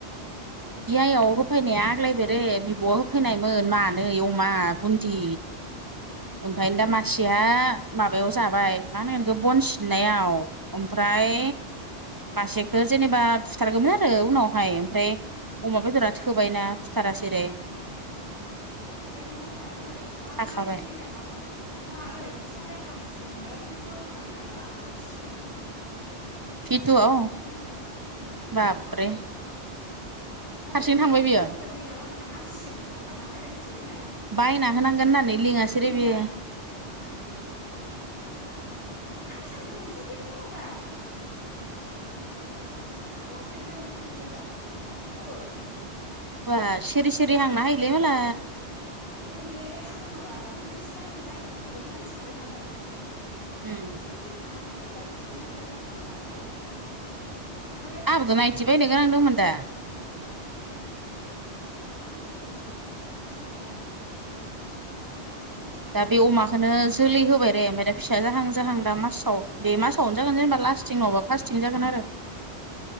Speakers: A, on the right (about 30°); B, on the left (about 90°).
A: बियायाव होफैनाया आग्लाय फेरो बिब'आ होफैनायमोन मानै अमा बुन्दि। ओमफ्राय दा मासेया माबायाव जाबाय माहोनो बिखौ बन सिननायाव। ओमफ्राय मासेखो जेनेबा फुथारगौमोन आरो उनावहाय ओमफ्राय। अमा बेदरा थोबायना। बुथारासे रे
B: ओखौ नायलाय हनै लारि
A: थाखाबाय
B: लारिनि माइबा ओंखारसै बा ओइ <unintelligible> हारसिंनो फिटुआव थांनानै मायबा लाना फैसोबाय नायनोलाय।
A: फिटुआव
B: खोनादो।
A: बाबरे
B: ओइ
A: हारसिं थांबाय बियो
B: जोंखौ लिङा ला खाना हार सिं थांनानै लाना फैबायना मिथिबायना।
A: बायना होनांगोन होननानै
B: आंबो
A: लिंहासैरै
B: थांगौमोन
A: बियो।
B: दा बाल नोंसोरो लेहरबाबो आं थांगौमोन सोफिं म'लावबा। आं लंफेन लायनो थांगौमोन दा नंगौ ओ आं थांगोन।
A: बा सिरि सिरि
B: दायो‌
A: हांना हायोलै माला
B: दा मोना। ओलै आङो माबा जिन्स बायनो नायनो थांगोन होनानै सानबाय थानाय।
A: उम
B: सिरि सिरि थाना फैब्र'बबाय मिथिबायना नै नायटि लाना फैदो। <unintelligible>
A: आंहाबोथ' नायथि बायनो गोनां दंमोन दा
B: आंबो थांगौमोन मिथिनायबा। हारसिं थांना।
A: दा
B: लाना
A: बे
B: हायबायो
A: अमाखौनो जोलै होबाय रे ओमफाय दा फिसा जाहां जाहां दा मासाव। बे मासावनो जागोन जेनेबा लास्टिं नङबा फार्स्थि जागोन आरो